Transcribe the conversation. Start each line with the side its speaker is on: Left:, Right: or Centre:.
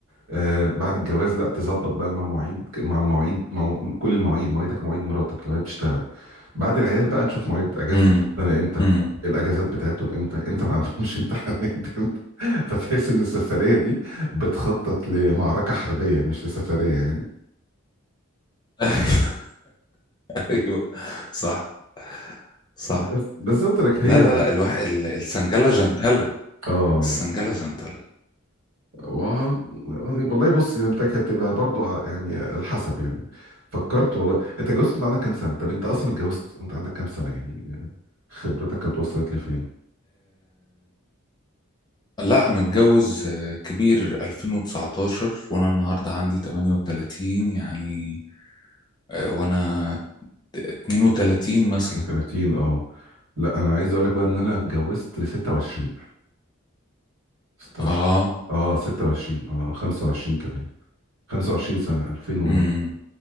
Right: آه بعد الجواز لا تظبط بقى مع مواعيد مع مواعيد مع كل المواعيد مواعيدك مواعيد مراتك لو هي بتشتغل بعد العيال بقى تشوف مواعيد اجازة
Left: امم
Right: انا امتى
Left: امم
Right: الاجازات بتاعتهم امتى امتى ما عندهمش <laughs> امتحانات امتى فتحس ان السفرية دي بتخطط لمعركة حربية مش لسفرية يعني
Left: <laughs> ايوه صح صح
Right: بس بالظبط لك هي
Left: لا لا لا الواحد ال- السنجلة جنتلة
Right: اه
Left: السنجلة جنتلة
Right: و... والله بص هي بتاعك هتبقى برضو ع- يعني على حسب يعني فكرت والله انت اتجوزت وانت عندك كام سنة؟ طب انت اصلا اتجوزت وانت عندك كام سنة يعني خبرتك كانت وصلت لفين؟
Left: لا متجوز آه، كبير 2019 وانا النهارده عندي 38 يعني آه، وانا 32 مثلا
Right: من 30 اه لا انا عايز اقول لك بقى ان انا اتجوزت 26 26
Left: اه
Right: اه 26 اه 25 كمان 25 سنة 2000
Left: امم
Right: و...